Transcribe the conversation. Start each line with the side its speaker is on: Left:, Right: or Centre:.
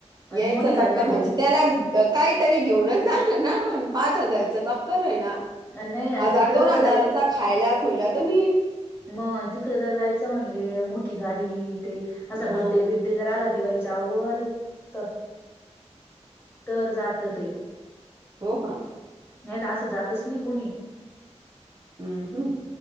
Left: आणि
Right: यायचा
Left: मोठी गाडी
Right: चाक्कर म्हणजे
Left: ती
Right: त्याला अ काहीतरी घेऊनच जाणार ना आपण पाच हजारच चक्कर हाय ना
Left: नाही आणि
Right: हजार
Left: तिकडे
Right: दोन
Left: जर
Right: हजारचा खायला खुईला तर न्हेईन
Left: म आणि तिकड जर जायचं म्हणजे मोठी गाडी ते असा
Right: मग
Left: बड्डे बिड् ड्डे जर आला दिवाळीच्या अव्वल त तर जात ते
Right: हो का
Left: नाय त असं जातच नाय कोणी
Right: अ हूं